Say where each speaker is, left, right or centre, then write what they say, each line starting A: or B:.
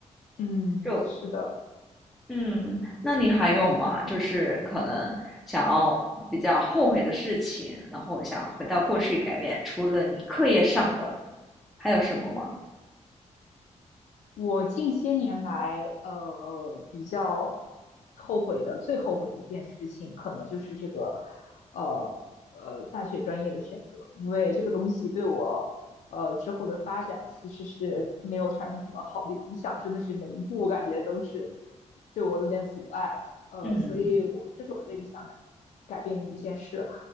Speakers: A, on the left; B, in the centre.
A: 嗯，
B: 就
A: 是的。
B: 嗯，那你还有吗？就是可能想要比较后悔的事情，然后想回到过去改变，除了你课业上的，还有什么吗？
A: 我近些年来，呃，比较后悔的，最后悔的一件事情，可能就是这个，呃呃，大学专业的选择，因为这个东西对我，呃，之后的发展其实是没有产生什么好的影响，真的是每一步我感觉都是对我有点阻碍，呃，
B: 嗯，
A: 所以我这是我最想改改变的一件事。